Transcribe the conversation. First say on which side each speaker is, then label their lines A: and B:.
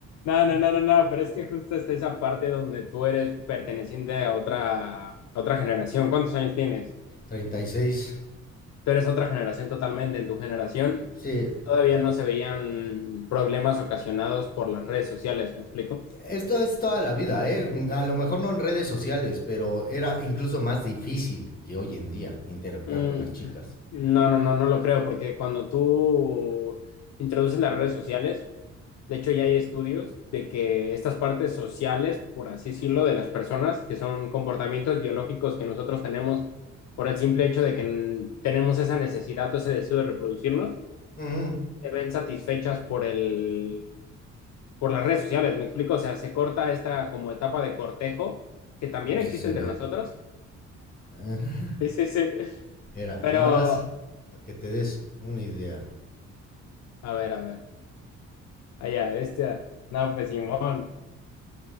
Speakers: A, on the left; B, on the left.
A: No, no, no, no, no, pero es que justo está esa parte donde tú eres perteneciente a otra, a otra generación. ¿Cuántos años tienes?
B: treinta y seis
A: Tú eres otra generación totalmente. En tu generación
B: Sí,
A: todavía no se veían problemas ocasionados por las redes sociales, ¿me explico?
B: esto es toda la vida, ¿eh? Mm, A lo mejor no en redes sociales, pero era incluso más difícil que hoy en día interactuar
A: Mm,
B: con las chicas.
A: No, no, no, no lo creo, porque cuando tú introduces las redes sociales, de hecho ya hay estudios de que estas partes sociales, por así decirlo, de las personas, que son comportamientos biológicos que nosotros tenemos por el simple hecho de que mm, tenemos esa necesidad o ese deseo de reproducirnos,
B: Ujú.
A: se ven satisfechas por el, por las redes sociales, ¿me explico? O sea, se corta esta como etapa de cortejo que también
B: A ver
A: existe
B: si se
A: entre
B: ve.
A: nosotros.
B: <laughs>
A: Sí, sí, sí.
B: Era
A: Pero,
B: nada más a que te des una idea.
A: a ver, a ver. Allá, bestia. No, pues Simón.